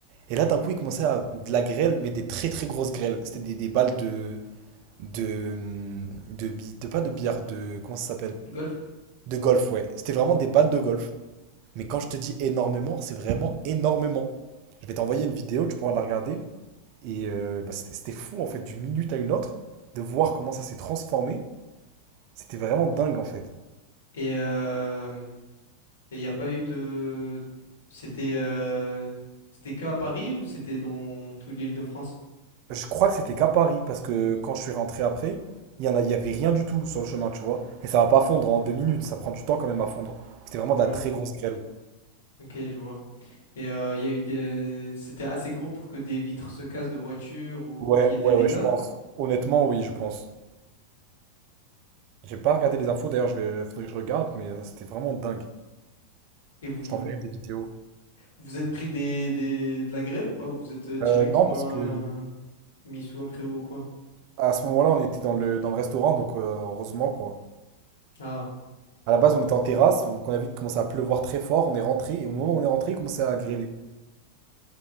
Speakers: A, on the right; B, on the left.
A: Et là, d'un coup, il commençait à de la grêle, mais des très très grosses grêles. C'était des, des balles de, de, hum, de, bi- de- Pas de billard, de. Comment ça s'appelle?
B: golf.
A: De golf, ouais. C'était vraiment des balles de golf. Mais quand je te dis énormément, c'est vraiment énormément. Je vais t'envoyer une vidéo, tu pourras la regarder. Et euh, bah, c'était c'était fou, en fait, d'une minute à une autre, de voir comment ça s'est transformé. C'était vraiment dingue, en fait.
B: Et euh, et il n'y a pas eu de. C'était euh, c'était que à Paris ou c'était dans toute l'Île-de-France?
A: Je crois que c'était qu'à Paris, parce que quand je suis rentré après, il y en a, il y avait rien du tout sur le chemin, tu vois. Et ça va pas fondre en deux minutes, ça prend du temps quand même à fondre. C'était vraiment
B: Ouais,
A: de la très grosse grêle.
B: ok, je vois. Et euh, il y a eu des... C'était assez gros pour que des vitres se cassent de voiture ou
A: Ouais,
B: qu'il y
A: ouais,
B: ait des dégâts.
A: ouais, je pense. Honnêtement, oui, je pense. J'ai pas regardé les infos, d'ailleurs, je vais, faudrait que je regarde, mais c'était vraiment dingue.
B: Et vous vous
A: Je t'enverrai des vidéos.
B: vous êtes pris des, des... de la grêle ou pas? Ou vous êtes euh, directement
A: Euh, non, parce que
B: euh, mis sous un préau ou quoi?
A: à ce moment-là, on était dans le, dans le restaurant, donc euh, heureusement, quoi.
B: Ah,
A: À la base, on était en terrasse, qu'on a vu qu'il commençait à pleuvoir très fort, on est rentré, et au moment où on est rentré, il commençait à grêler.